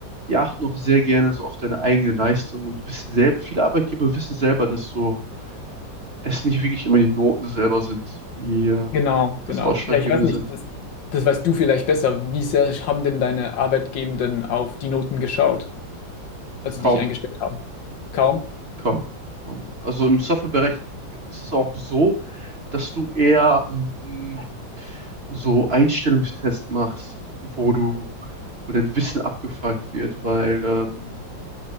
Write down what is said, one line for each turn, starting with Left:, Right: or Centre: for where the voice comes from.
Right: die achten auch sehr gerne so auf deine eigene Leistung und wissen selber, viele Arbeitgeber wissen selber, dass so es nicht wirklich immer die Noten selber sind, die äh,
Left: Genau,
Right: das
Left: genau.
Right: Ausschlaggebende
Left: Ja, ich weiß nicht,
Right: sind.
Left: das, das weißt du vielleicht besser. Wie sehr haben denn deine Arbeitgebenden auf die Noten geschaut, als sie
Right: Kaum,
Left: dich eingestellt haben? Kaum?
Right: kaum, kaum. Also im Softwarebereich ist es auch so, dass du eher ähm, so Einstellungstests machst, wo du, wo dein Wissen abgefragt wird, weil ähm,